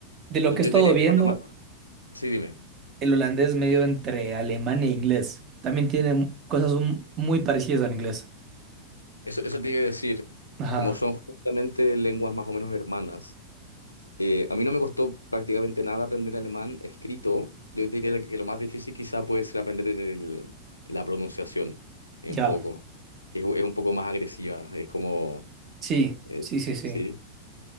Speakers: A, on the right; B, on the left.
A: De lo
B: Yo
A: que he
B: te
A: estado
B: diría
A: viendo,
B: que, como la ma- sí, dime,
A: el holandés medio entre alemán e inglés. También tiene cosas un- muy parecidas al inglés.
B: eso, eso te iba a decir,
A: Ajá.
B: como son justamente lenguas más o menos hermanas. Eh, a mí no me costó prácticamente nada aprender alemán escrito. Yo diría que lo más difícil quizá puede ser aprender el- la pronunciación, eh,
A: Ya.
B: un poco, es, es un poco más agresiva, es como,
A: Sí,
B: eh,
A: sí, sí, sí.
B: sí,